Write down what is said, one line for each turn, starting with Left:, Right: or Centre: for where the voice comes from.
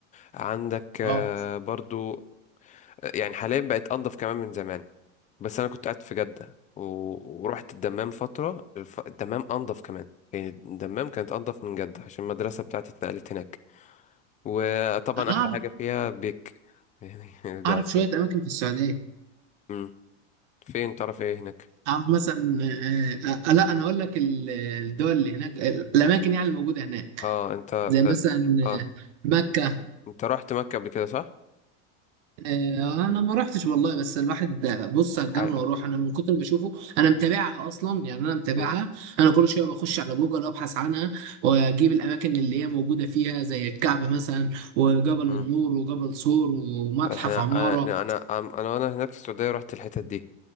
Left: عندك آه،
Right: اه
Left: برضو يعني حاليا بقت انضف كمان من زمان بس انا كنت قاعد في جدة و... ورحت الدمام فترة الف... الدمام انضف كمان يعني الدمام كانت انضف من جدة عشان المدرسة بتاعتي اتنقلت هناك وطبعا
Right: انا
Left: احلى
Right: اعرف
Left: حاجة فيها بيك يعني <laughs> ده
Right: اعرف
Left: اساس
Right: شويه اماكن في السعوديه
Left: امم فين تعرف ايه هناك
Right: اعرف مثلا آه آه لا انا اقول لك ال- الدول اللي هناك الاماكن يعني الموجوده هناك
Left: اه انت
Right: زي
Left: اه,
Right: مثلا
Left: آه.
Right: آه، مكه
Left: انت رحت مكة قبل كده صح
Right: آه، انا ما رحتش والله بس الواحد بص على الجنة
Left: عاي-
Right: واروح انا من كتر ما بشوفه انا متابعها اصلا يعني انا متابعها
Left: امم
Right: انا كل شويه بخش على جوجل ابحث عنها واجيب الاماكن اللي هي موجوده فيها زي الكعبه مثلا وجبل
Left: امم
Right: النور وجبل صور ومتحف
Left: احنا
Right: عماره
Left: انا انا انا انا وانا هناك في السعودية رحت الحتت دي